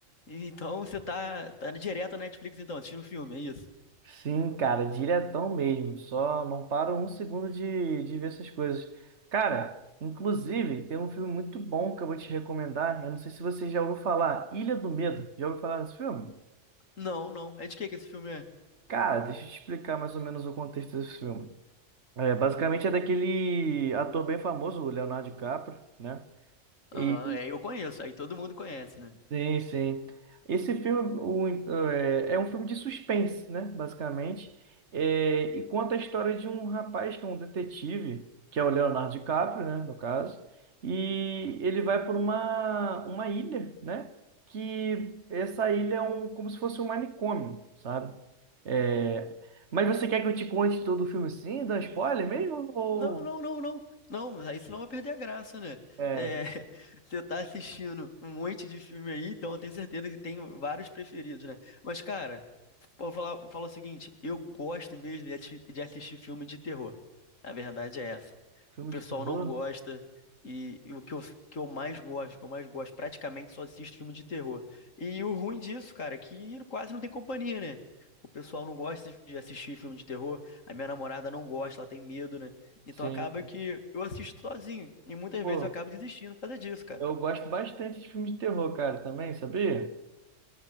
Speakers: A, on the left; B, on the right.
A: E Então você tá, tá direto na Netflix, então, assistindo filme, é isso?
B: Sim, cara, diretão mesmo. Só não paro um segundo de, de ver essas coisas. Cara, inclusive, tem um filme muito bom que eu vou te recomendar. Eu não sei se você já ouviu falar. Ilha do Medo. Já ouviu falar nesse filme?
A: Não, não. É de que que esse filme é?
B: Cara, deixa eu te explicar mais ou menos o contexto desse filme. É, basicamente é daquele ator bem famoso, o Leonardo DiCaprio, né? E
A: Aham, é, eu conheço, aí todo mundo conhece, né?
B: Sim, sim. Esse filme o, é, é um filme de suspense, né? Basicamente. É, e conta a história de um rapaz que é um detetive, que é o Leonardo DiCaprio, né? No caso. E ele vai por uma, uma ilha, né? Que essa ilha é um, como se fosse um manicômio, sabe? É, mas você quer que eu te conte todo o filme assim? Dá spoiler mesmo? Ou
A: Não, não, não, não. Não, aí senão vai perder a graça, né?
B: é,
A: É, <laughs> você tá assistindo um monte de filme aí, então eu tenho certeza que tem vários preferidos, né? Mas, cara, Vou falar, vou falar o seguinte, eu gosto mesmo de, ati- de assistir filme de terror. A verdade é essa.
B: filme
A: O pessoal
B: de terror?
A: não gosta e, e o que eu, que eu mais gosto, que eu mais gosto, praticamente só assisto filme de terror. E o ruim disso, cara, é que quase não tem companhia, né? O pessoal não gosta de assistir filme de terror, a minha namorada não gosta, ela tem medo, né? Então
B: Sim,
A: acaba
B: sim.
A: que eu assisto sozinho e muitas
B: Pô.
A: vezes eu acabo desistindo por causa disso, cara.
B: Eu gosto bastante de filme de terror, cara, também, sabia?